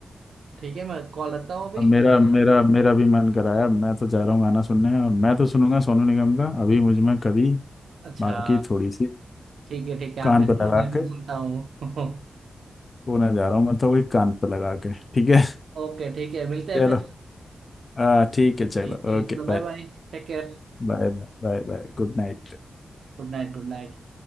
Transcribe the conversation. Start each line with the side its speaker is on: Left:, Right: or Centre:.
Right: ठीक है मैं कॉल रखता हूँ अभी
Left: अब मेरा मेरा मेरा भी मन कराया मैं तो जा रहा हूँ गाना सुनने और मैं तो सुनूंगा सोनू निगम का अभी मुझ में कभी
Right: अच्छा
Left: बाकी थोड़ी सी
Right: ठीक है ठीक है
Left: कान
Right: आप भी सुनो
Left: पर लगा
Right: मैं भी
Left: के
Right: सुनता हूँ <laughs>
Left: पुणे जा रहा हूँ मैं तो वही कान पे लगा के ठीक है
Right: ओके ठीक है मिलते हैं
Left: चलो
Right: फिर
Left: आ, ठीक है चलो
Right: ठीक है
Left: okay
Right: चलो bye
Left: bye
Right: bye Take care
Left: bye bye bye good night
Right: Good night Good night